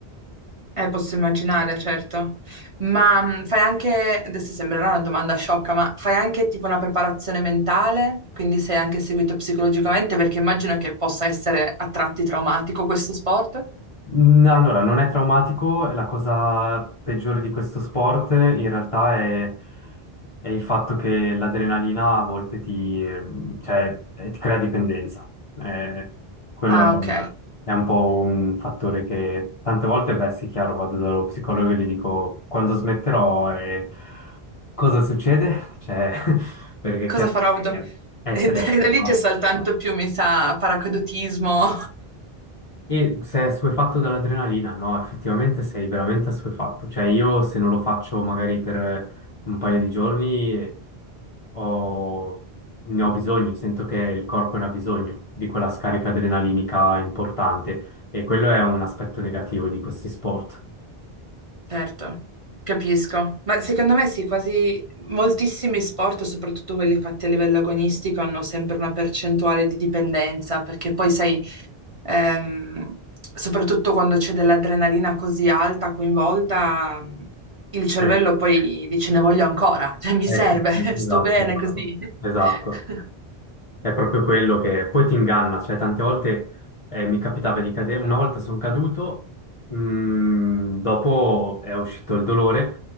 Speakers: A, on the right; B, on the left.
A: eh, posso immaginare, certo. Ma mh, fai anche, adesso sembrerà una domanda sciocca, ma fai anche tipo una preparazione mentale? Quindi sei anche seguito psicologicamente? Perché immagino che possa essere a tratti traumatico questo sport.
B: Mm, Allora, non è traumatico, e la cosa peggiore di questo sport in realtà è, è il fatto che l'adrenalina a volte ti, ehm, cioè, eh, ti crea dipendenza. Eh, quello
A: Ah, ok.
B: è un po' un fattore che tante volte, beh, sì, chiaro, vado dallo psicologo e gli dico quando smetterò e cosa succede? Cioè, <laughs> perché
A: Cosa
B: chiaro,
A: farò? do- <laughs>
B: eh,
A: E
B: sei
A: da,
B: ascoltato.
A: e da lì c'è soltanto più, mi sa, paracadutismo,
B: E sei assuefatto dall'adrenalina? No, effettivamente sei veramente assuefatto. Cioè, io se non lo faccio magari per un paio di giorni ho- ne ho bisogno, sento che il corpo ne ha bisogno di quella scarica adrenalinica importante e quello è un aspetto negativo di questi sport.
A: Certo, capisco. Ma secondo me sì, quasi moltissimi sport, soprattutto quelli fatti a livello agonistico, hanno sempre una percentuale di dipendenza, perché poi sai, ehm, soprattutto quando c'è dell'adrenalina così alta coinvolta, il cervello
B: Eh,
A: poi dice ne voglio ancora, <laughs> cioè mi
B: eh,
A: serve,
B: sì, sì,
A: <laughs> sto
B: esatto.
A: bene così. <laughs>
B: Esatto. È proprio quello che poi ti inganna, cioè tante volte eh, mi capitava di cadere, una volta sono caduto, mm, dopo è uscito il dolore,